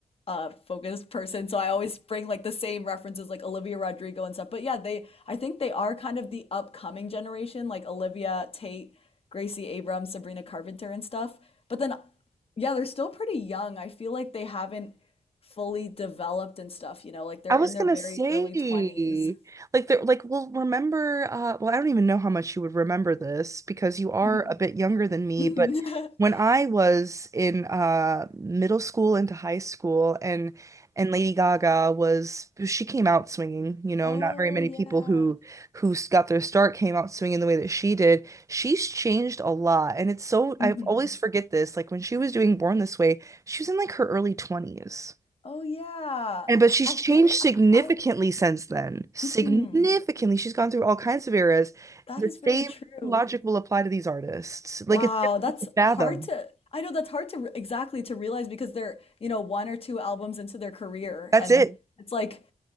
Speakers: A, on the left; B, on the right.
A: uh focused person, so I always bring like the same references like Olivia Rodrigo and stuff. But yeah, they I think they are kind of the upcoming generation, like Olivia Tate, Gracie Abrams, Sabrina Carpenter and stuff. But then yeah, they're still pretty young. I feel like they haven't fully developed and stuff, you know, like they're
B: I was
A: in their
B: gonna
A: very
B: say,
A: early 20s.
B: like, they're like, well, remember, uh, well, I don't even know how much you would remember this because you are
A: Mhm.
B: a bit younger than me,
A: <laughs>
B: but when I was in uh middle school into high school and and Lady Gaga was she came out swinging, you know,
A: Oh
B: not very many
A: yeah.
B: people who who s- got their start came out swinging the way that she did. She's changed a lot, and it's so
A: hmm
B: I always forget this. Like when she was doing Born This Way, she was in like her early 20s.
A: Oh yeah.
B: And but she's
A: I
B: changed
A: think
B: significantly
A: I, I
B: since then. Significantly.
A: mhm.
B: She's gone through all kinds of eras.
A: That
B: The
A: is very
B: same
A: true.
B: logic will apply to these artists. Like
A: Wow,
B: it's difficult
A: that's
B: to fathom.
A: hard to I know that's hard to re- exactly to realize because they're, you know, one or two albums into their career
B: That's
A: and
B: it.
A: it's like,